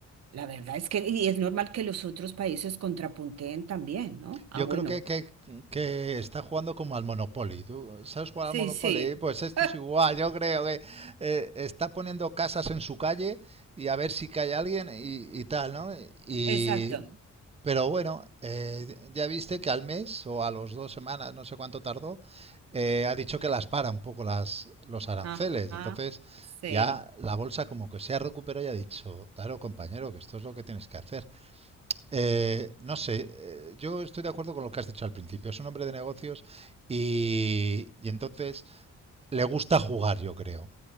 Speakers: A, on the right; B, on the right.
A: la verdad es que, y es normal que los otros países contrapunteen también, ¿no? Ah,
B: Yo
A: bueno,
B: creo que, que, que está jugando como al Monopoly. ¿Tú sabes jugar
A: sí,
B: al Monopoly?
A: sí,
B: Pues esto
A: <laughs>
B: es igual. Yo creo que eh, está poniendo casas en su calle y a ver si cae alguien y, y tal, ¿no? Y,
A: exacto.
B: pero bueno, eh, ya viste que al mes o a los dos semanas, no sé cuánto tardó, eh, ha dicho que las para un poco las, los aranceles.
A: Ajá,
B: Entonces
A: sí,
B: ya la bolsa como que se ha recuperado y ha dicho, claro compañero, que esto es lo que tienes que hacer. Eh, no sé, eh, yo estoy de acuerdo con lo que has dicho al principio. Es un hombre de negocios y, y entonces le gusta jugar, yo creo.